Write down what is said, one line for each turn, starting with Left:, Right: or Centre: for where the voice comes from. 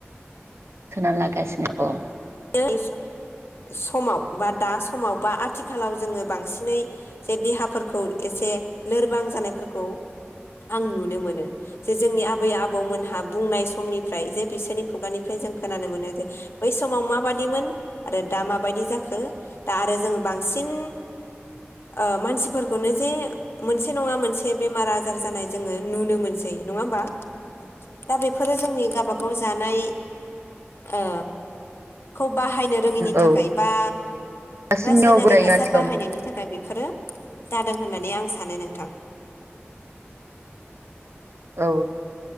Right: सोना ला गासिनो औ।
Left: दोनि स समाव बा दा समाव बा आथिखालाव जोङो बांसिनै जे देहाफोरखौ एसे लोरबां जानायफोरखौ आं नुनो मोनो जे जोंनि आबै आबौमोनहा बुंनाय समनिफ्राय जे बिसोरनि खुगानिफ्राय जों खोनानो मोनो जे बै समाव माबादिमोन आरो दा माबायदि जाखो दा आरो जोङो बांसिन ओ मानसिफोरखौनो जे मोनसे नङा मोनसे बेमार आजार जानाय जोङो नुनो मोनसै नङा होमबा दा बेफोरो जोंनि गवबागाव जानाय ओ खोब बाहायनो रोङिनि
Right: औ
Left: थाखाय बा
Right: दासिमनियावबो
Left: रासायनारिक
Right: दायो
Left: हासार
Right: आथिखालाव
Left: बाहायनायनि थाखाय बे फोरो जादों होननानै आं सानो नोंथां।
Right: औ